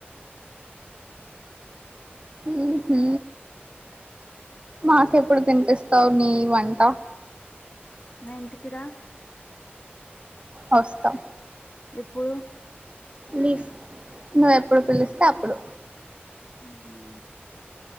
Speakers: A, on the right; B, on the left.
A: ఉంహు మాకెప్పుడు తినిపిస్తావు నీ వంట
B: నా ఇంటికి రా
A: వస్తా
B: ఎప్పుడు
A: లీఫ్ ను ఎప్పుడు పిలిస్తే అప్పుడు
B: మ్